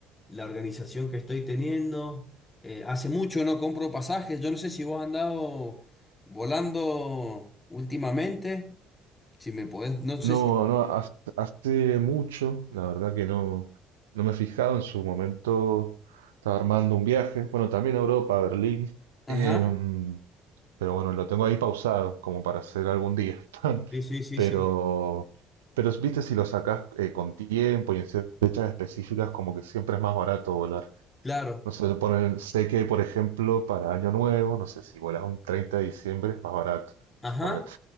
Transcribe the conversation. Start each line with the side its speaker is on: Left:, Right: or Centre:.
Left: la organización que estoy teniendo. Eh, hace mucho no compro pasajes. Yo no sé si vos has andado volando últimamente. Si me podés, no
Right: No,
Left: sé si...
Right: no, hace, hace mucho, la verdad que no, no me he fijado. En su momento estaba armando un viaje, bueno, también a Europa, a Berlín.
Left: Ajá.
Right: Em, pero bueno, lo tengo ahí pausado como para hacer algún día. <laughs>
Left: Sí, sí, sí,
Right: Pero,
Left: sí.
Right: pero viste, si lo sacás eh, con tiempo y en fechas específicas, como que siempre es más barato volar.
Left: Claro.
Right: No sé, le ponen, sé que, por ejemplo, para Año Nuevo, no sé, si vuelas un 30 de diciembre es más barato,
Left: Ajá,
Right: suponete.